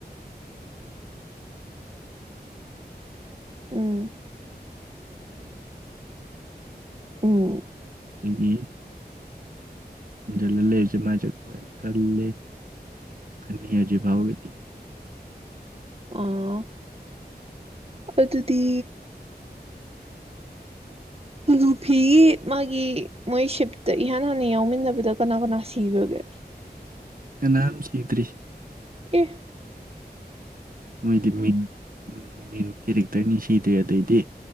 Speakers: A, on the right; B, on the right.
A: ꯎꯝ ꯎꯝ
B: ꯇꯨꯏꯗꯤ ꯄꯨꯟꯖꯜ ꯂꯩꯕꯁ‌ꯦ ꯃꯖꯨ ꯈꯥꯏ ꯀꯜꯂ‌ꯦ ꯀꯟꯅꯩ ꯇꯧꯖꯤꯛ ꯐꯥꯎꯒꯤꯗꯤ
A: ꯑꫭ ꯑꯗꯨꯇꯤ ꯍꫭꯂꯨꯐꯤꯒꯤ ꯃꯥꯒꯤ ꯃꫭꯏ ꯁꯤꯞꯇ ꯏꯍꯥꯟ ꯍꯥꯟꯅꯥ ꯌꯥꯎꯃꯤꯟꯅꯕꯗ ꯀꯥꯅ ꯀꯥꯅ ꯁꯤꯒ‍꯭ꯔꯥꯒ‌ꯦ
B: ꯀꯅꯥꯝ ꯁꯤꯗ‍꯭ꫪꯤ
A: ꯑ‌ꯦ
B: ꯃꯤꯗꯤ ꯃꯤꯟ ꯃ‌ꯦꯟ ꯀꯔ‌ꯦꯛ ꯇꯔꯅꯤ ꯁꯤꯗ‍꯭ꯔꯤ ꯑꯗꯩꯗꯤ